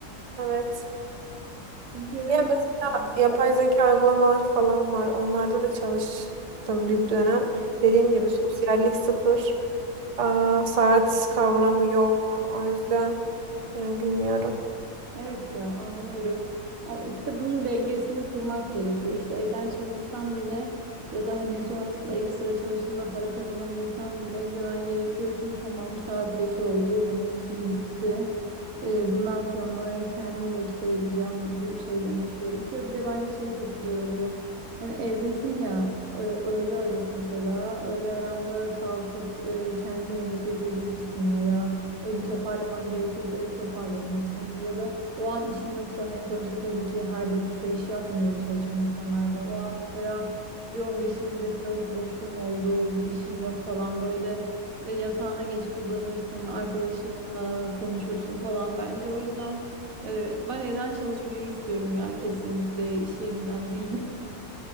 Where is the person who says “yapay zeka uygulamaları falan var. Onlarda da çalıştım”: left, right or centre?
Right